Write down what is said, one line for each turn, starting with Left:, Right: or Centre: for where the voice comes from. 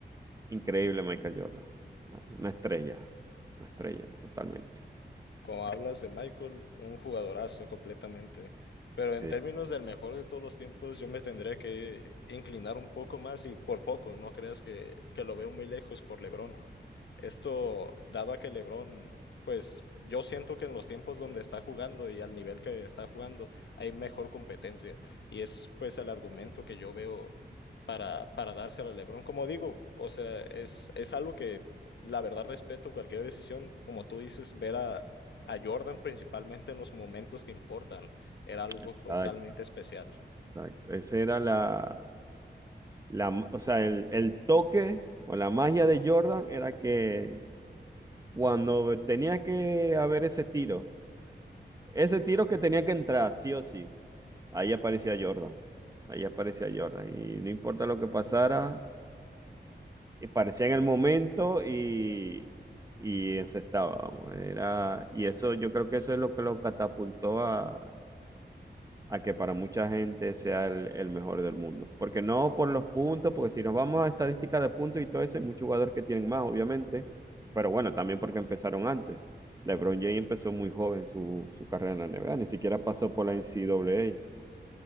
Right: increíble Michael Jordan. Una una estrella, una estrella totalmente.
Left: como hablas de Michael, un jugadorazo completamente. Pero
Right: Sí,
Left: en términos del mejor de todos los tiempos, yo me tendría que inclinar un poco más y por poco, no creas que, que lo veo muy lejos por LeBron. Esto dado a que LeBron, pues yo siento que en los tiempos donde está jugando y al nivel que está jugando hay mejor competencia. Y es pues el argumento que yo veo para, para dárselo a LeBron. Como digo, o sea, es, es algo que la verdad respeto cualquier decisión. Como tú dices, ver a, a Jordan principalmente en los momentos que importan era algo
Right: exacto,
Left: totalmente especial.
Right: exacto. Ese era la, la, o sea, el, el toque o la magia de Jordan era que cuando tenía que haber ese tiro, ese tiro que tenía que entrar, sí o sí, ahí aparecía Jordan, ahí aparecía Jordan, y no importa lo que pasara, y parecía en el momento y, y se estaba, vamos, era, y eso, yo creo que eso es lo que lo catapultó a, a que para mucha gente sea el, el mejor del mundo. Porque no por los puntos, porque si nos vamos a estadísticas de puntos y todo eso, hay muchos jugadores que tienen más, obviamente, pero bueno, también porque empezaron antes. LeBron James empezó muy joven su, su carrera en la NBA, ni siquiera pasó por la NCAA.